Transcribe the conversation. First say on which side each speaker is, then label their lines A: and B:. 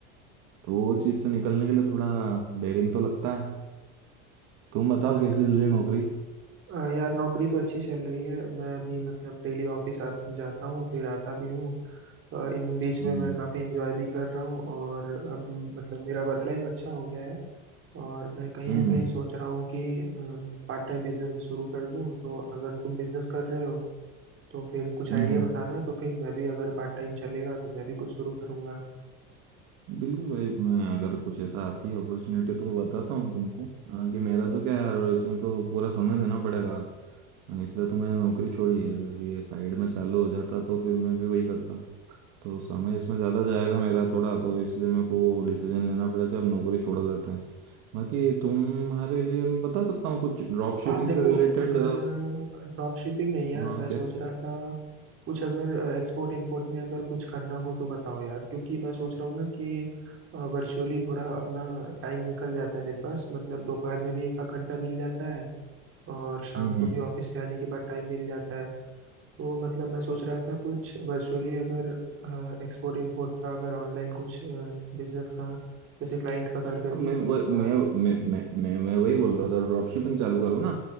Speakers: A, on the right; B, on the right.
A: तो वो चीज़ से निकलने के लिए थोड़ा डेरिंग तो लगता है तुम बताओ
B: हाँ
A: कैसी
B: यार
A: चल रही है नौकरी
B: अ, यार नौकरी तो अच्छी चल रही है मैं भी मतलब डेली ऑफिस आ जाता हूँ फिर आता भी हूँ अ, इन बीच में
A: हम्म
B: मैं काफ़ी इंजॉय भी कर रहा हूँ और अब मतलब मेरा वर्क लाइफ अच्छा हो गया है और मैं कहीं
A: हम्म
B: ना कहीं सोच रहा हूँ कि पार्ट टाइम बिजनेस भी शुरू कर दूँ तो अगर तुम बिजनेस कर रहे हो तो फिर कुछ
A: हम्म
B: आइडिया
A: हम्म।
B: बताना तो फिर मैं भी अगर पार्ट टाइम चलेगा तो मैं भी कुछ शुरू करूँगा
A: बिल्कुल भाई मैं अगर कुछ ऐसा आती है अपॉर्चुनिटी तो मैं बताता हूँ तुमको आ, कि मेरा तो क्या है यार इसमें तो पूरा समय देना पड़ेगा आ, इसलिए तो मैंने नौकरी छोड़ी है अगर ये साइड में चालू हो जाता तो फिर मैं भी वही करता तो समय इसमें ज़्यादा जाएगा मेरा थोड़ा तो इसलिए मेरे को डिसीजन लेना पड़ा कि अब नौकरी छोड़ देते हैं बाकी तुम्हारे लिए मैं बता सकता हूँ कुछ ड्रॉप शिपिंग
B: हाँ देखो
A: से रिलेटेड
B: अगर ड्रॉप शिपिंग नहीं यार
A: हाँ
B: मैं सोच
A: क्या
B: रहा था कुछ अगर एक्सपोर्ट इंपोर्ट में अगर कुछ करना हो तो बताओ यार क्योंकि मैं सोच रहा हूँ ना कि वर्चुअली थोड़ा अपना टाइम निकल जाता है मेरे पास मतलब दोपहर में भी एक आध घंटा मिल जाता है और शाम
A: हम्म
B: को
A: हम्म
B: भी ऑफिस से आने के बाद टाइम मिल जाता है तो मतलब मैं सोच रहा था कुछ वर्चुअली अगर एक्सपोर्ट इंपोर्ट का अगर ऑनलाइन कुछ बिजनेस का जैसे क्लाइंट पकड़ करके
A: अब मैं
B: फिर
A: वह-
B: उनका
A: मैं मैं मैं मैं मैं वही बोल रहा था ड्रॉप शिपिंग चालू करो ना